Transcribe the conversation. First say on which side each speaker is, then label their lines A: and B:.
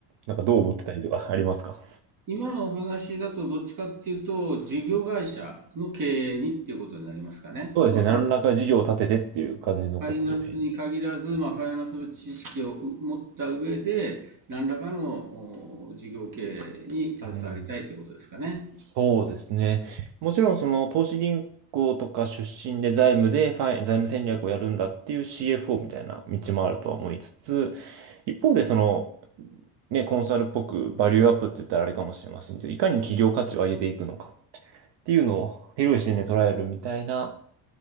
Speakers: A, on the right; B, on the right.
A: なんかどう思ってたりとかありますか
B: 今のお話だとどっちかっていうと、事業会社の経営にっていうことになりますかね。
A: そうですね。
B: その
A: 何らか事業を立ててっていう感じのことをイメージ。
B: ファイナンスに限らず、まあ、ファイナンスの知識を持った上で、何らかの事業経営に携わりたいということですかね。
A: うんそうですね。もちろんその投資銀行とか出身で財務でファイ、財務戦略をやるんだっていう CFO みたいな道もあるとは思いつつ、一方でその、ね、コンサルっぽくバリューアップって言ったらあれかもしれませんけど、いかに企業価値を上げていくのかっていうのを広い視点で捉えるみたいな、